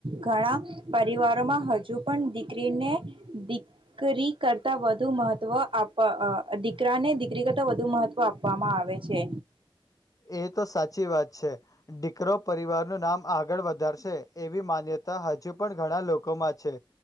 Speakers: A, on the right; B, on the left.
A: ઘણા પરિવારોમાં હજુ પણ દીકરીને દીકરી કરતા વધુ મહત્વ આપવા અ, દીકરાને દીકરી કરતા વધુ મહત્વ આપવામાં આવે છે.
B: એ તો સાચી વાત છે. દીકરો પરિવારનું નામ આગળ વધારશે એવી માન્યતા હજુ પણ ઘણા લોકોમાં છે.